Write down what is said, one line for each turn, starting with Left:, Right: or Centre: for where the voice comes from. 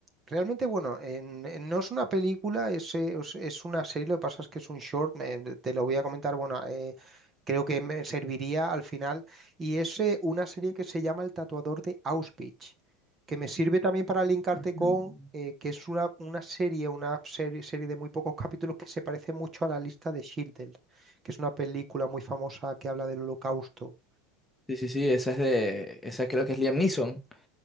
Right: realmente, bueno, en- en- no es una película, es, eh, os- es una serie, lo que pasa es que es un short, me- te lo voy a comentar, bueno, eh, creo que me serviría al final, y es eh, una serie que se llama El tatuador de Auschwitz, que me sirve también para linkarte
Centre: Mm.
Right: con, eh, que es una, una serie, una serie, serie de muy pocos capítulos que se parece mucho a La lista de Schindler, que es una película muy famosa que habla del holocausto.
Centre: Sí, sí, sí, esa es de, esa creo que es Liam Neeson,